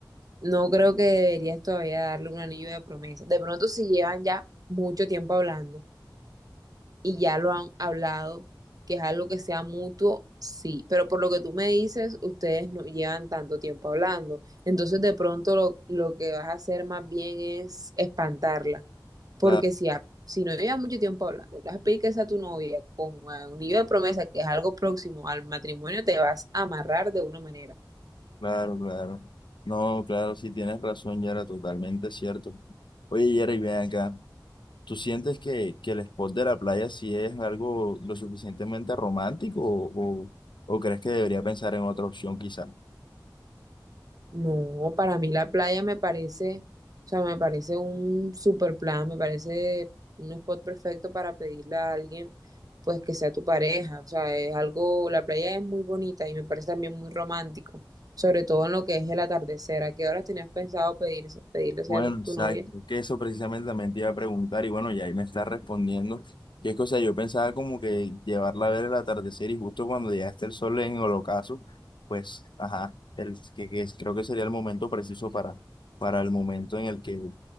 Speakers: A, on the right; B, on the left.
A: No creo que deberías todavía darle un anillo de promesa. De pronto, si llevan ya mucho tiempo hablando y ya lo han hablado, que es algo que sea mutuo, sí. Pero por lo que tú me dices, ustedes no llevan tanto tiempo hablando. Entonces, de pronto, lo, lo que vas a hacer más bien es espantarla. Porque
B: claro,
A: si, ha- si no llevan mucho tiempo hablando, le vas a pedir que sea tu novia con eh, un anillo de promesa, que es algo próximo al matrimonio, te vas a amarrar de una manera.
B: claro, claro. No, claro, sí tienes razón, Yera, totalmente cierto. Oye, Yera, y ven acá. ¿Tú sientes que, que el spot de la playa sí es algo lo suficientemente romántico o, o- o crees que debería pensar en otra opción quizás?
A: No, para mí la playa me parece, o sea, me parece un super plan, me parece un spot perfecto para pedirle a alguien, pues que sea tu pareja, o sea, es algo, la playa es muy bonita y me parece también muy romántico, sobre todo en lo que es el atardecer. ¿A qué horas tenías pensado pedir, pedirle ser
B: Bueno, exacto,
A: tu novia?
B: que eso precisamente también te iba a preguntar y bueno, ya ahí me estás respondiendo. Que es que, o sea, yo pensaba como que llevarla a ver el atardecer y justo cuando ya esté el sol en el ocaso, pues, ajá, el, que, que es- creo que sería el momento preciso para, para el momento en el que,